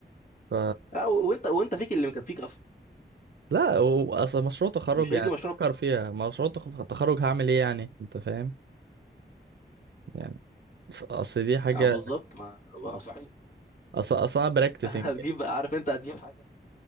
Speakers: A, on the right; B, on the left.
A: ف
B: لا و- وانت وانت فيك اللي مكفيك اصلا
A: لا و- اصل مشروع تخرج
B: مش
A: يعني
B: هيجي مشروع
A: فكر
B: التخرج.
A: فيها مشروع تخ- تخرج هعمل ايه يعني انت فاهم يعني اصل دي حاجة
B: اه بالظبط ما ما صحيح
A: اصل اصل انا براكتسنج
B: <laughs> هتجيب بقى، عارف انت هتجيب حاجه